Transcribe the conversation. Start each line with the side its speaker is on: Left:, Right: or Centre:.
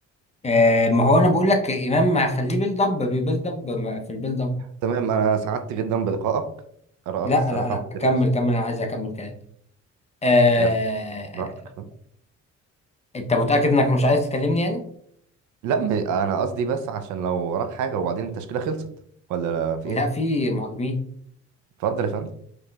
Left: آه ما هو انا بقول لك امام ما هخليه بيلد اب بيبيلد اب ما- في البيلد اب
Right: تمام أنا سعدت جدا بلقائك آرائك
Left: لا
Right: الصراحة
Left: لا لا
Right: ما كانتش
Left: كمل كمل انا عايز اكمل كلام آه
Right: يا ف- براحتك
Left: انت متأكد انك مش عايز تكلمني يعني
Right: لا م- انا قصدي بس عشان لو وراك حاجه وبعدين التشكيله خلصت ولا لا في
Left: لا
Right: ايه
Left: في مهاجمين
Right: اتفضل يا فندم